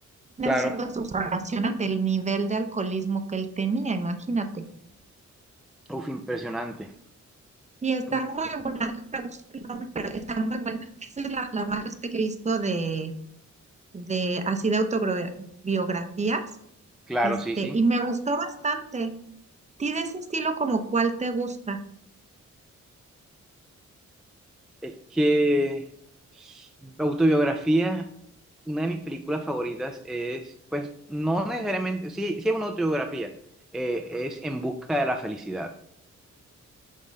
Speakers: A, on the right; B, in the centre.
A: está
B: Claro.
A: haciendo su salvación ante el nivel de alcoholismo que él tenía, imagínate.
B: Uf, impresionante.
A: Y está
B: Impresionante.
A: muy buena, <laughs> no sé el nombre, pero está muy buena. Esa Es la, la más que he visto de, de así de autobiografías,
B: Claro,
A: este,
B: sí, sí.
A: y me gustó bastante. ¿Ti de ese estilo como cuál te gusta?
B: Es que autobiografía, una de mis películas favoritas es, pues, no necesariamente, sí, sí es una autobiografía, eh, es En busca de la felicidad.